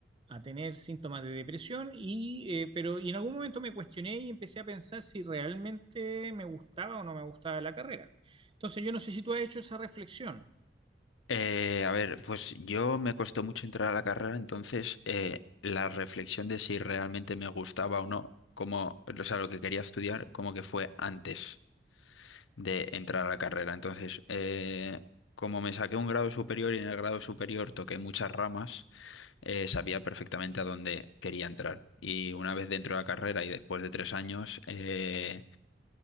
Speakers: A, on the right; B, on the left.
A: a tener síntomas de depresión y, eh, pero, y en algún momento me cuestioné y empecé a pensar si realmente me gustaba o no me gustaba la carrera. Entonces yo no sé si tú has hecho esa reflexión.
B: Eh, a ver, pues yo me costó mucho entrar a la carrera, entonces eh, la reflexión de si realmente me gustaba o no, como, o sea, lo que quería estudiar, como que fue antes de entrar a la carrera. Entonces, eh, como me saqué un grado superior y en el grado superior toqué muchas ramas, eh, sabía perfectamente a dónde quería entrar. Y una vez dentro de la carrera y después de tres años, eh,